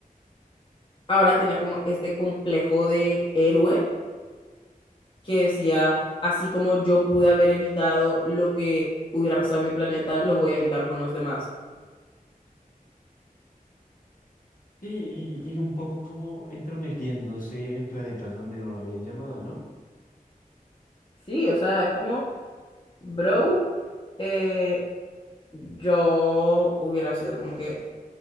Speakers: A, on the left (about 35°); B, on the left (about 65°).
A: ahora tenía como este complejo de héroe que decía, así como yo pude haber evitado lo que hubiera pasado en mi planeta, lo voy a evitar con los demás.
B: Sí, y, y un poco como entrometiéndose en planetas donde no lo habían llamado, ¿no?
A: Sí, o sea, es como, bro, eh, yo hubiera sido como que,